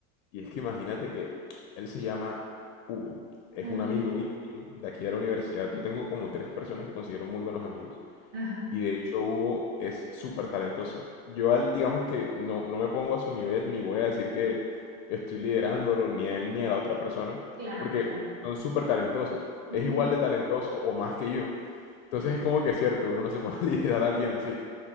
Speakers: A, on the left (about 60°); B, on the right (about 25°).
A: Y es que imagínate que él se llama Hugo, es
B: Ajá,
A: un amigo íntimo de aquí de la universidad. Yo tengo como tres personas que considero muy buenos amigos
B: ajá,
A: y de hecho Hugo es súper talentoso. Yo al, digamos que no, no me pongo a su nivel ni voy a decir que estoy liderándolo ni a él ni a la otra persona
B: Claro,
A: porque
B: claro.
A: son súper talentosos. Es
B: Ujú,
A: igual de talentoso o más que yo. Entonces
B: ok,
A: es como que es cierto, uno no se pone <laughs> a liderar a alguien así.